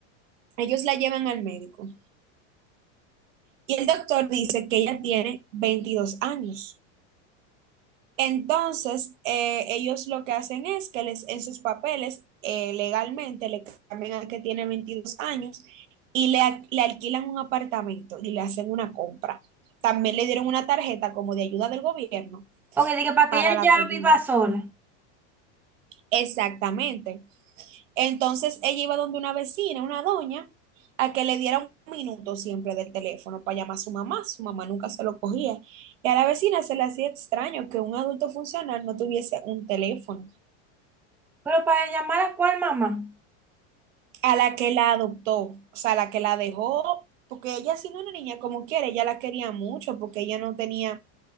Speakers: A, on the right (about 85°); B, in the centre.
A: ellos la llevan al médico y el doctor dice que ella tiene 22 años. Entonces, eh, ellos lo que hacen es que les, en sus papeles eh, legalmente le cambian al que tiene 22 años y le, a- le alquilan un apartamento y le hacen una compra. También le dieron una tarjeta como de ayuda del gobierno
B: Ok, dije, para
A: para
B: que ella
A: la
B: ya
A: comida.
B: viva sola.
A: Exactamente. Entonces, ella iba donde una vecina, una doña, a que le diera un minuto siempre del teléfono para llamar a su mamá. Su mamá nunca se lo cogía. Y a la vecina se le hacía extraño que un adulto funcional no tuviese un teléfono.
B: Pero para llamar a cuál mamá.
A: a la que la adoptó, o sea, a la que la dejó, porque ella siendo una niña como quiere, ella la quería mucho porque ella no tenía